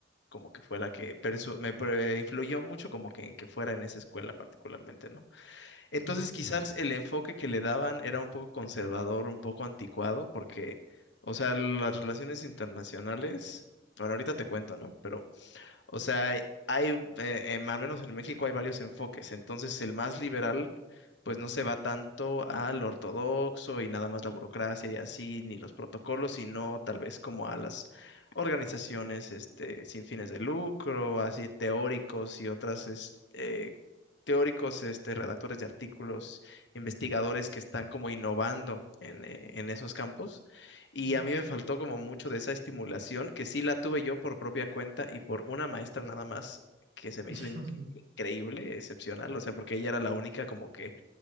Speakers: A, on the left (about 70°); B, on the right (about 85°).
A: como que fue la que persu- me pre- influyó mucho como que en que fuera en esa escuela particularmente, ¿no? Entonces,
B: Ujú.
A: quizás el enfoque que le daban era un poco conservador, un poco anticuado, porque, o sea, las relaciones internacionales, bueno, ahorita te cuento, ¿no? Pero o sea, eh, hay, eh, em, al menos en México hay varios enfoques. Entonces, el más liberal, pues no se va tanto al ortodoxo y nada más la burocracia y así, ni los protocolos, sino tal vez como a las organizaciones, este, sin fines de lucro, así teóricos y otras, es- eh, teóricos, este, redactores de artículos, investigadores que están como innovando en, eh, en esos campos. Y
B: Ujú.
A: a mí me faltó como mucho de esa estimulación, que sí la tuve yo por propia cuenta y por una maestra nada más que se me
B: <laughs>
A: hizo in- increíble, excepcional, o sea, porque ella era la única como que